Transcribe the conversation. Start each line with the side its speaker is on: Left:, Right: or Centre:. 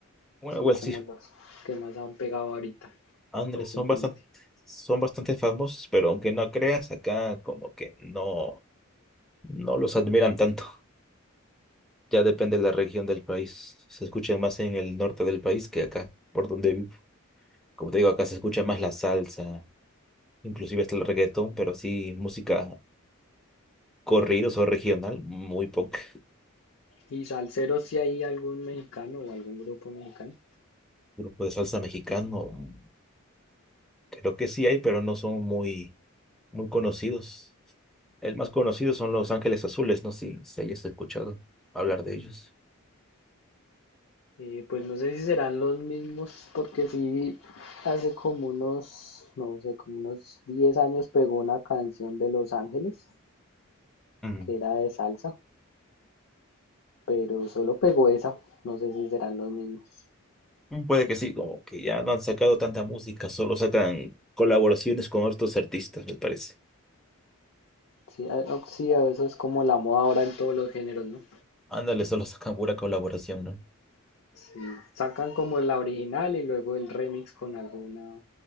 Centre: Bueno,
Left: son
Centre: igual
Left: como
Centre: sí,
Left: los que más han pegado ahorita
Centre: ándale,
Left: recientemente.
Centre: son bastante, son bastante famosos, pero aunque no creas, acá como que no, no los admiran tanto. Ya depende de la región del país. Se escucha más en el norte del país que acá, por donde vivo. Como te digo, acá se escucha más la salsa, inclusive hasta el reggaetón, pero así música corridos o regional, muy poca.
Left: Y salsero si hay algún mexicano o algún grupo mexicano.
Centre: grupo de salsa mexicano, creo que sí hay, pero no son muy, muy conocidos. El más conocido son Los Ángeles Azules, no sé si, si hayas escuchado hablar de ellos.
Left: Eh, pues no sé si serán los mismos, porque sí, hace como unos, no sé, como unos 10 años pegó una canción de Los Ángeles,
Centre: Mm.
Left: que era de salsa, pero solo pegó esa, no sé si serán los mismos.
Centre: Mm, Puede que sí, como que ya no han sacado tanta música, solo sacan colaboraciones con otros artistas, me parece.
Left: Sí, a- o- sí, a- eso es como la moda ahora en todos los géneros, ¿no?
Centre: Ándale, solo sacan pura colaboración, ¿no?
Left: Sí, sacan como la original y luego el remix con alguna,